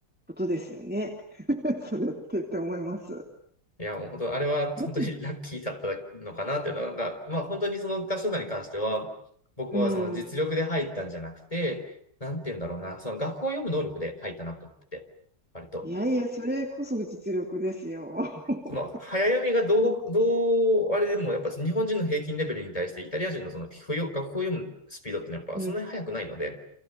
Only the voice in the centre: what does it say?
ことですよね。<laughs> それってって思います。す
ごい
うん。
いやいや、それこそ実力ですよ。<laughs>
すごい
うん。